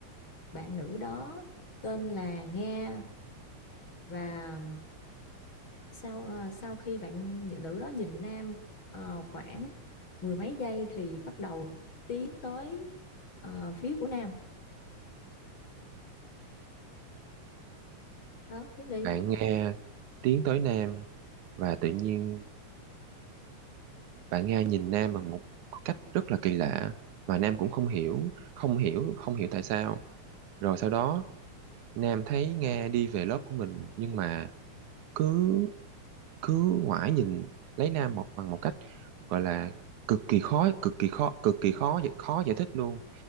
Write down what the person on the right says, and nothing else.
bạn nghe tiến tới Nam và tự nhiên bạn Nga nhìn Nam bằng một cách rất là kỳ lạ mà Nam cũng không hiểu không hiểu không hiểu tại sao rồi sau đó Nam thấy Nga đi về lớp của mình nhưng mà cứ cứ ngoái nhìn lấy Nam một bằng một cách gọi là cực kỳ khó cực kỳ khó cực kỳ khó khó giải thích luôn